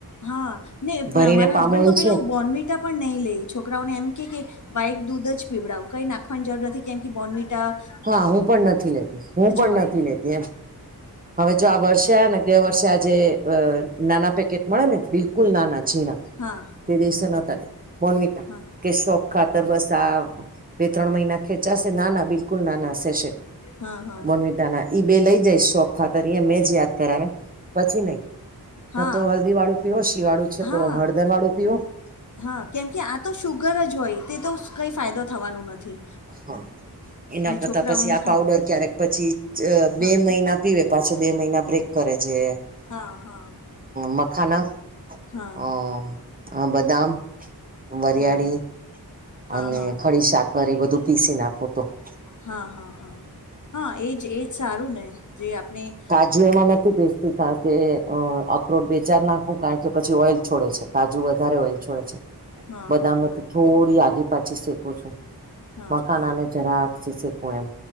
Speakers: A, on the left (about 50°); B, on the right (about 20°).
A: હા ને
B: ભરીને
A: મારા
B: પામોઇલ
A: હસબેન્ડ તો પેલું-
B: છે
A: - બોનવિટા પણ નહી લઈ છોકરાઓને એમ કે કે વાઈક દૂધ જ પીવડાવ કંઈ નાખો- - પણ જરૂર નથી કેમ કે બોર્નમિટા- -
B: હા હું પણ નથી લેતી હું પણ
A: હોય
B: નથી લેતી એમ- - હવે જો આ વર્ષે આ ને ગ વર્ષે આજે નાના પેકેટ મળે ને બિલુ- - કુલ ના ના જી ના
A: હા
B: તે દ છે ન ત મન-
A: હા
B: - કે શોક ખાતર બસ આ બે ત્રણ મહિના ખેંચાશે નાના બિલકુલ નાના સેેટ- -
A: હા હા
B: મોનવિટા ના ઈ બે લઈ જઈશ શોખ ખાતર મેં જ યાદ કરાવ પછી નહી.
A: હા
B: ન તો હલ્દી વાળું પીવ શિયાવાળું છે
A: હા હા
B: તો હળદર વાળું પીવો-
A: ન
B: -
A: હા કેમકે આ તો શુગર જ હોય તે તો કઈ ફાયદો થવાનું નથી.
B: હા એના
A: ને
B: કરતા
A: છોકરાઓને
B: પછી આ
A: ખાસ
B: પાઉડર ક્યારેક પછી બે
A: હા
B: મહિના- - પીવે પાછો બે મહિના બ્રેક કરે છે.
A: હા હા.
B: મખના
A: હા
B: બદામ વરિયાળી-
A: હમ
B: -
A: હા
B: અને
A: હા
B: ખડી સાાકર એ બધું પીસી નાખું તો- -
A: હા હા હા હા એજ એજ સારું ને જે આપણે- -
B: કાજુ એમાં નથી પેસતી ક- - કે અ અખરોટ બે ચાર નાખવું કારણ કે પછી ઓઈલ છોડે છે કાજુ વધારે ઓઈલ છોડે છે- -
A: હા
B: બદામે
A: હા બરાબર
B: તો થોડી આગી પાછી શીખું છું.
A: હા
B: મખાનાને
A: હા
B: જરા શીકવું એમ.